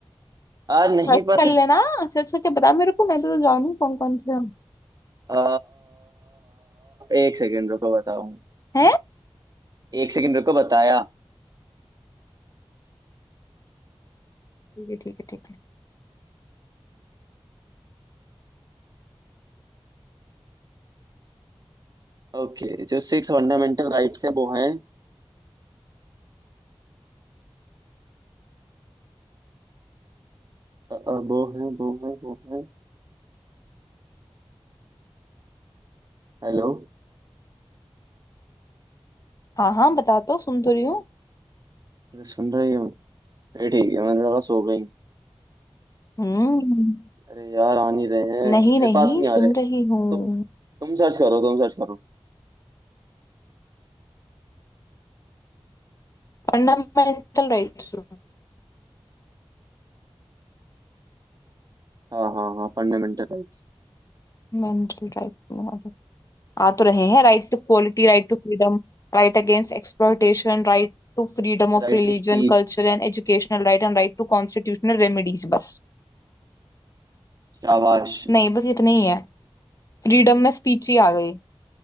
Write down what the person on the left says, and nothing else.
सर्च
कर लेना सर्च करके बता मेरे को मैं तो जानू कौन कौन से हैं
हैं?
ठीक है ठीक है ठीक है
हाँ हाँ बता तो सुन तो रही हूँ
हम्म
नहीं
नहीं
सुन
रही हूँ
Fundamental rights
Mental rights आ तो रहे हैं right to quality right to freedom right against exploitation right to freedom of
religion
culture and educational right and right to constitutional remedies बस
नहीं बस इतने ही है फ्रीडम में स्पीच ही आ गई